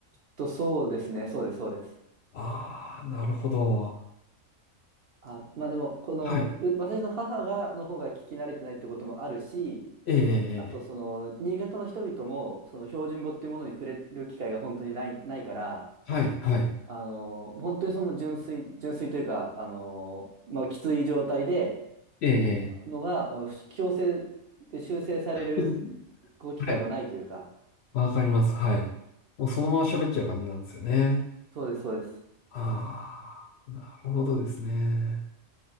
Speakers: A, on the right; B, on the left.
A: と、そうですね、そうです、そうです。
B: ああ、なるほど。
A: あ、まあでも、この、
B: はい。
A: う私の母が、の方が聞き慣れてないってこともあるし、
B: ええ、えええ
A: あと、その、新潟の人々も、その標準語っていうものに触れる機会が本当にない、ないから、
B: えはい、はい。
A: あの、本当にその純粋、純粋というか、あの、まあ、きつい状態で、
B: ええ、ええ
A: のが、あの強制で修正される、
B: うん
A: こう、機会もないというか、
B: はい。わかります。はい。もうそのまま喋っちゃう感じなんですよね。
A: そうです、そうです。
B: ああ、なるほどですね。